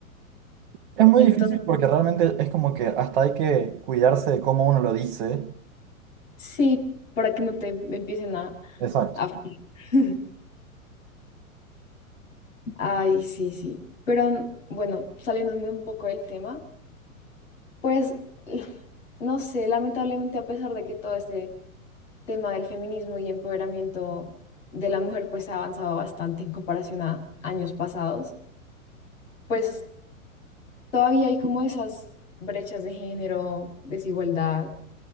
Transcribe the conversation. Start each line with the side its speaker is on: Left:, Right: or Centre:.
Right: Es muy
Left: Entonces,
Right: difícil porque realmente es como que hasta hay que cuidarse de cómo uno lo dice.
Left: sí, para que no te empiecen a...
Right: Exacto.
Left: a... fregar. <laughs> Ay, sí, sí. Pero bueno, saliéndome un poco del tema, pues <sighs> eh, no sé, lamentablemente a pesar de que todo este tema del feminismo y empoderamiento de la mujer pues ha avanzado bastante en comparación a años pasados, pues todavía hay como esas brechas de género, desigualdad,